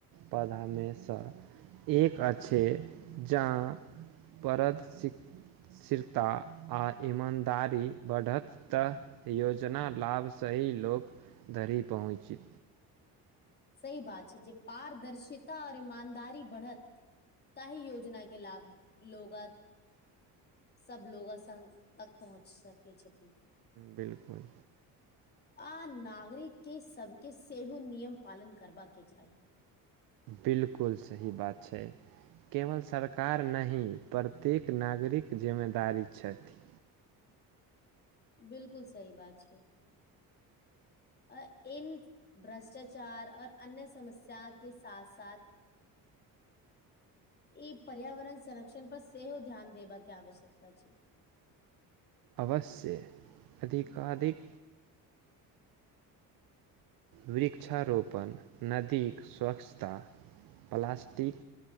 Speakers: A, on the right (about 70°); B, on the left (about 25°).
A: पढ़ाने सं एक अछि जहां परद सिक स्थिरता आ ईमानदारी बढ़त त योजना लाभ सही लोक धरि पहुचित
B: सही बात छै जे पारदर्शिता और ईमानदारी बढ़त ताहि योजना के लाभ लोगत सब लोग संग तक पहुंच सकै छै।
A: बिल्कुल
B: आ नागरिक के सबके सेहो नियम पालन करबा के चाही।
A: बिलकुल सही बात छै। केवल सरकार नहि, प्रत्येक नागरिक जिम्मेदारी छथि।
B: बिलकुल सही बात छै। आ इन भ्रष्टाचार और अन्य समस्या के साथ-साथ ई पर्यावरण संरक्षण पर सेहो ध्यान देबा के आवश्यकता छै।
A: अवश्य अधिकाधिक वृक्षारोपण, नदीक स्वच्छता, प्लास्टिक